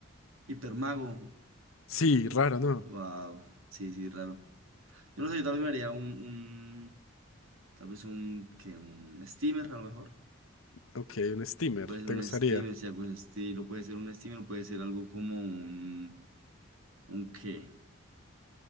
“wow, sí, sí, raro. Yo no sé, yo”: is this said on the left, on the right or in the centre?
Right